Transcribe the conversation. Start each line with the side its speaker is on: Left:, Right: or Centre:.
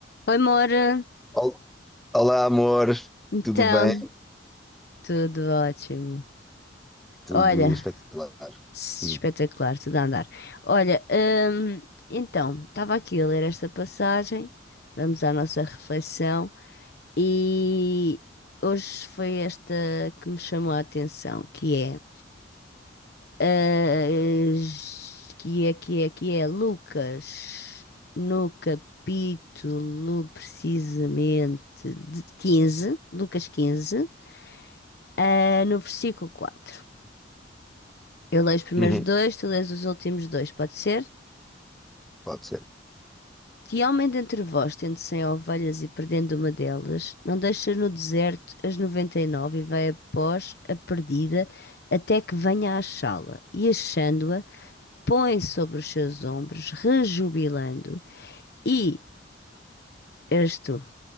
Left: Oi, Moura.
Centre: Ol- Olá, amor,
Left: Então,
Centre: tudo bem?
Left: tudo ótimo.
Centre: Tudo
Left: Olha,
Centre: espetacular.
Left: espetacular,
Centre: Hum.
Left: tudo a andar. Olha, hum, então, estava aqui a ler esta passagem. Vamos à nossa reflexão. E hoje foi esta que me chamou a atenção, que é, ah, que é, que é, que é Lucas, no capítulo precisamente de 15, Lucas 15. Ah, no versículo 4 Eu leio os primeiros
Centre: Uhum.
Left: dois, tu lês os últimos dois, pode ser?
Centre: Pode ser.
Left: Que homem dentre vós, tendo cem ovelhas e perdendo uma delas, não deixa no deserto as noventa e nove e vai após a perdida até que venha a achá-la. E achando-a, põe sobre os seus ombros, rejubilando. E eres tu.